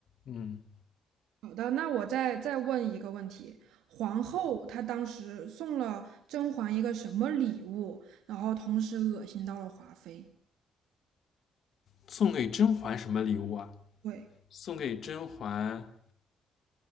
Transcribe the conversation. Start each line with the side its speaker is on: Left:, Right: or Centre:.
Left: 嗯。
Right: 好的，那我再再问一个问题：皇后她当时送了甄嬛一个什么礼物，然后同时恶心到了华妃？
Left: 送给甄嬛什么礼物啊？
Right: 对，
Left: 送给甄嬛，